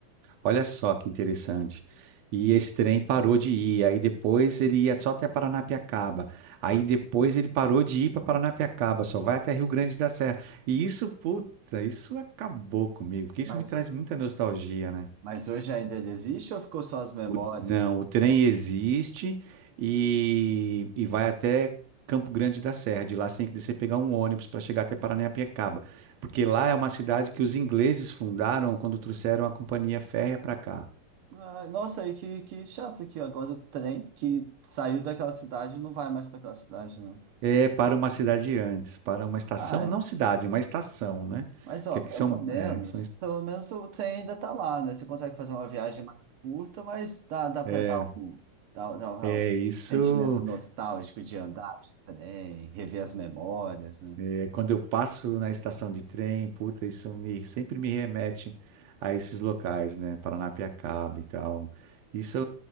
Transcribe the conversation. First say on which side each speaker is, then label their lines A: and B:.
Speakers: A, on the right; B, on the right.
A: Olha só que interessante. E esse trem parou de ir. Aí depois ele ia só até Paranapiacaba. Aí depois ele parou de ir para Paranapiacaba, só vai até Rio Grande da Serra. E isso, puta, isso acabou comigo, porque isso
B: Mas,
A: me traz muita nostalgia, né?
B: mas hoje ainda ele existe ou ficou só as memórias?
A: O- não, o trem
B: É.
A: existe e, e vai até Campo Grande da Serra. De lá você tem que descer e pegar um ônibus para chegar até Paranapiacaba, porque lá é uma cidade que os ingleses fundaram quando trouxeram a companhia férrea para cá.
B: Ah, nossa, e que, que chato que agora o trem que saiu daquela cidade não vai mais para aquela cidade, né?
A: É para uma cidade antes, para uma estação,
B: Ai,
A: não cidade, uma estação, né?
B: mas ó,
A: Que aqui
B: pelo
A: são,
B: menos,
A: é, são est-
B: pelo menos o trem ainda tá lá, né? Você consegue fazer uma viagem mais curta, mas dá, dá para
A: é,
B: dar um, dá, dá
A: é
B: um
A: isso.
B: sentimento nostálgico de andar de trem, rever as memórias, né?
A: É, quando eu passo na estação de trem, puta, isso me sempre me remete a esses locais, né? Paranapiacaba e tal. Isso,